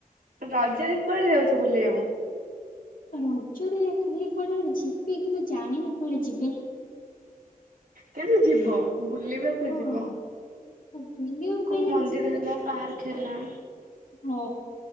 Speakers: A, on the right; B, on the left.
A: ରଜରେ କୁଆଡେ ଯାଉଚ ବୁଲିବାକୁ?
B: ରଜରେ କିଏ କୁଆଡ଼େ କୁଆଡେ ଯିବେ କିନ୍ତୁ ଜାଣିନି କୁଆଡେ ଯିବେ
A: କିନ୍ତୁ ଯିବ ବୁଲିବାକୁ
B: ହଁ।
A: ଯିବ
B: ବୁଲିବାକୁ ଫାଇନାଲି
A: କୋଉ ମନ୍ଦିର
B: ଯିବି
A: ହେଲା ପାର୍କ ହେଲା
B: ହଁ।